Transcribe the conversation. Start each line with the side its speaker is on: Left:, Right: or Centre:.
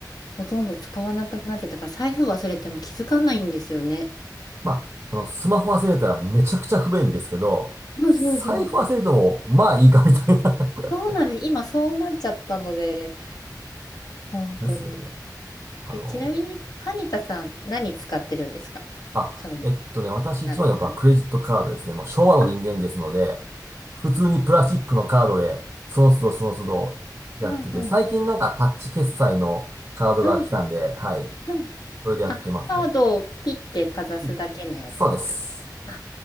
Left: ほとんど使わなくなってたから財布忘れても気づかないんですよね。
Right: まあ、あの、スマホ忘れたらめちゃくちゃ不便ですけど、
Left: そうそうそう。
Right: 財布忘れても、まあいいかみたいな
Left: そうなんです。
Right: <laughs>
Left: 今そうなっちゃったので、本当に。
Right: ですよね。あの、
Left: え、ちなみに、萩田さん何使ってるんですかその
Right: あ、えっとね、私一枚のやっぱクレジットカードですね。
Left: サービス
Right: もう昭和の人間ですので、
Left: あ、<laughs>
Right: 普通にプラスチックのカードで、その都度その都度やってて、
Left: あ、
Right: 最近なんかタッチ決済のカードが来たんで、
Left: はい、
Right: はい、
Left: はい。
Right: それでやってますが。
Left: あ、カードをピッてかざすだけのやつってこと。
Right: いそうです。